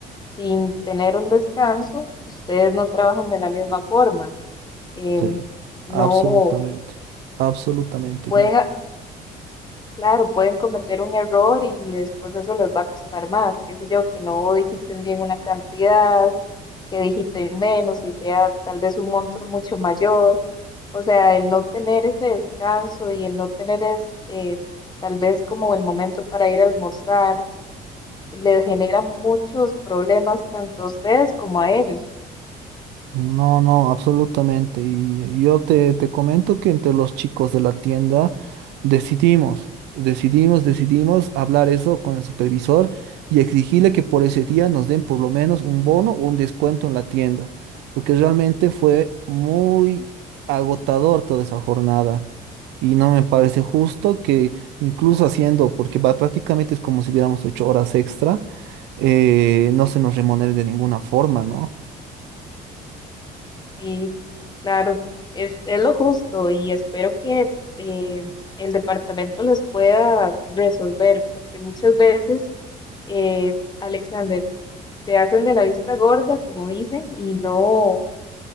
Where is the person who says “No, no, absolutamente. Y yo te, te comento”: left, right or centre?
Right